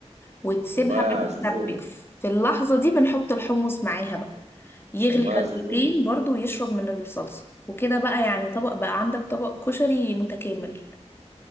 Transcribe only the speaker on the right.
والله يا
زوزو
والله يا
زوزو